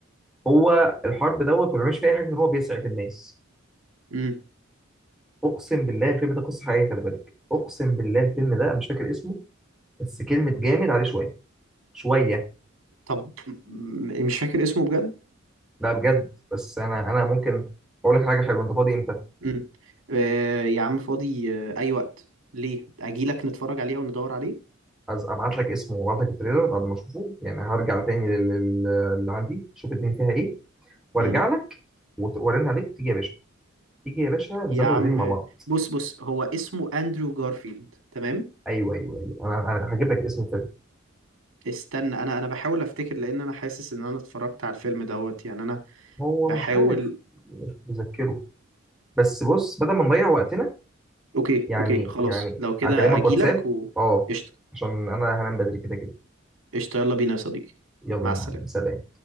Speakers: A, in the centre; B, on the right.
A: هو الحرب دوت ما بيعملش فيه اي حاجه غير هو بيسعف الناس
B: امم
A: اقسم بالله الفيلم ده قصه حقيقيه خلي بالك اقسم بالله الفيلم ده أنا مش فاكر اسمه بس كلمه جامد عليه شويه شويه
B: طب م- م- مش فاكر اسمه بجد
A: ده بجد بس انا انا ممكن اقول لك حاجه حلوه انت فاضي امتى
B: امم آه يا عم فاضي آه اي وقت ليه اجيلك نتفرج عليه او ندور عليه
A: عايز ابعت لك اسمه وابعت لك التريلر بعد ما اشوفه يعني هرجع تاني لل- لل- اللي عندي شوف الدنيا فيها ايه وارجع
B: امم
A: لك وت- وارن عليك تيجي يا باشا تيجي يا باشا نظبط
B: يا عم
A: الدنيا مع بعض
B: بص بص هو اسمه اندرو جارفيلد تمام
A: ايوه ايوه ايوه انا أنا هجيب لك اسم الفيلم
B: استنى انا انا بحاول افتكر لان انا حاسس ان انا اتفرجت على الفيلم دوت يعني انا
A: هو
B: بحاول
A: مش عارف مش متذكره بس بص بدل ما نضيع وقتنا
B: اوكي
A: يعني
B: اوكي خلاص
A: يعني
B: لو كده
A: اكلمك
B: اجيلك
A: واتساب
B: و
A: اه
B: قشطه
A: عشان انا هنام بدري كده كده
B: قشطه يلا بينا يا صديقي
A: يلا
B: مع
A: يا
B: السلامه
A: معلم سلام